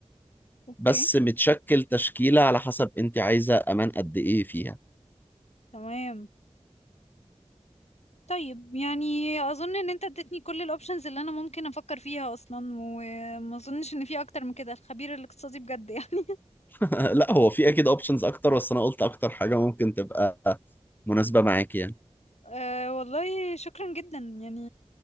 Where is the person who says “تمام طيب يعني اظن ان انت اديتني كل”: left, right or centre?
Left